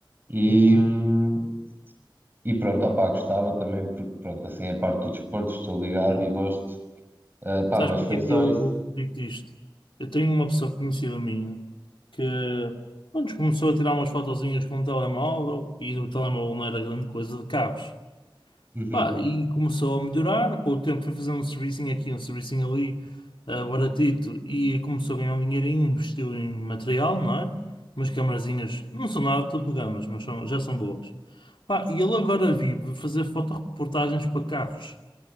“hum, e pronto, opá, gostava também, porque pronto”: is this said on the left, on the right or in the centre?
Right